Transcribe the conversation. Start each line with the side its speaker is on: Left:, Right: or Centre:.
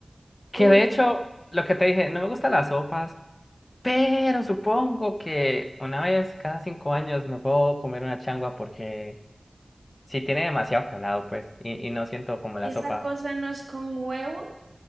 Left: Que
Right: Uy,
Left: de hecho, lo que te dije, no me gustan las sopas, pero supongo que una vez cada cinco años me puedo comer una changua porque si tiene demasiado calado, pues, y, y no siento como la
Right: ¿esa
Left: sopa.
Right: cosa no es con huevo?